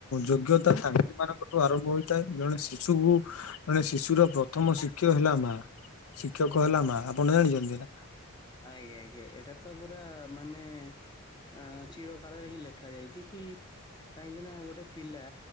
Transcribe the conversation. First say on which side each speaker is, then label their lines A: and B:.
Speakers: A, on the left; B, on the left.
A: ଯୋଗ୍ୟତା ତାଙ୍କ ମାନଙ୍କର ୁ ଆରମ୍ଭ ହୋଇଥାଏ ଜଣେ ଶିଶୁକୁ ଜଣେ ଶିଶୁର ପ୍ରଥମ ଶିକ୍ଷକ ହେଲା ମା। ଶିକ୍ଷକ ହେଲା ମା ଆପଣ ଜାଣିଛନ୍ତି ନା?
B: ଆଜ୍ଞା ଆଜ୍ଞା ଏଇଟା ତ ପୁରା ମାନେ ଅ ଚିର କଳରେ ହିଁ ଲେଖା ଯାଇଛି କି କାହିଁକିନା ଗୋଟେ ପିଲା